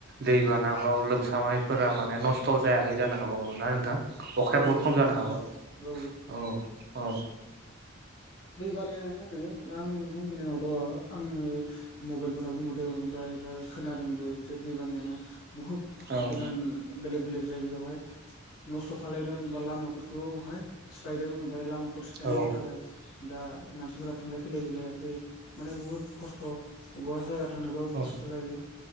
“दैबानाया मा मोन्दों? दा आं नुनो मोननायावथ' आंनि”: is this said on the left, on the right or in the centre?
Left